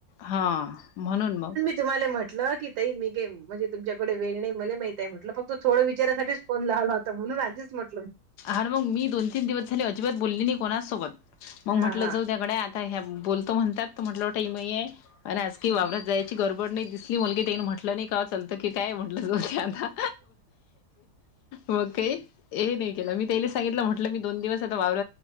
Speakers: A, on the left; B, on the right.
A: हां म्हणून मग.
B: तुम्हाला म्हटलं की ताई मीे के म्हणजे तुमच्याकडे वेळ नाही मले मा म्हटलं फ तो थोड विचारासाठीच फोन लावला होता म्हणूनच आधीच मट
A: अर मग मी दोन तीन दिवस झाले अजिबात बोलली नाही कोणा सोबत मग म्हटलं
B: हा हा
A: जाऊद्या गड्या. ह्या बोलतो म्हणतात त म्हटलं होटं टाईम नाही आहे आणि आजकी
B: हम्म
A: वावररत जायच. काही गडबड नाही दिसली मुलगी देईन म्हटलं नाही का? चालतो की काय म्हटलं दुसऱ्यांदा मकई ए नाही. ते सांगितलं म्हटलं मी दोन दिवस आता वावर